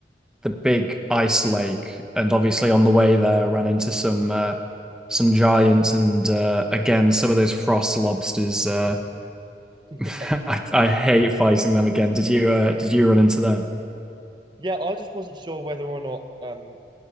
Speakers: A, in the centre; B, on the right.
A: the big ice lake and obviously on the way there ran into some uh some giants and uh again some of those frost lobsters uh
B: Yeah.
A: <laughs> I, I hate fighting them again. Did you uh did you run into them?
B: Yeah, I just wasn't sure whether or not um